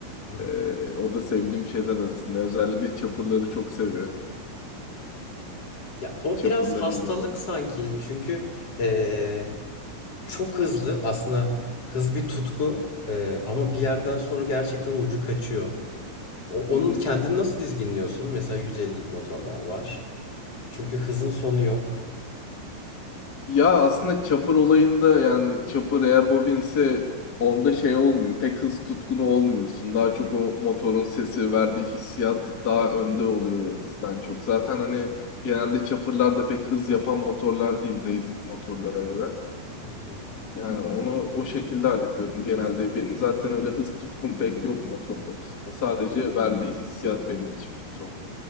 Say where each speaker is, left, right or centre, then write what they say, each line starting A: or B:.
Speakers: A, on the left; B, on the left.
A: Hmm.
B: Ee, o da sevdiğim şeyler arasında. Özellikle chopper'ları çok seviyorum.
A: Ya o
B: Chopper'la
A: biraz hastalık
B: ilgilenmem.
A: sanki çünkü eee, çok hızlı aslında hız bir tutku eee, ama bir yerden sonra gerçekten ucu kaçıyor. O- onun
B: Hı hı.
A: kendini nasıl dizginliyorsun? Mesela 150'lik motorlar var. Çünkü hızın sonu yok.
B: Ya aslında chopper olayında yani chopper eğer hobinse onda şey olmuyor. Pek hız tutkunu olmuyorsun. Daha çok o motorun sesi verdiği hissiyat daha önde oluyor hızdan çok. Zaten hani genelde chopper'lar da pek hız yapan motorlar değil racing motorlara göre.
A: Hı hı.
B: Yani onu o şekilde hallediyorum genelde. Benim zaten öyle hız tutkum pek yok motor konusunda. Sadece verdiği hissiyat benim için motor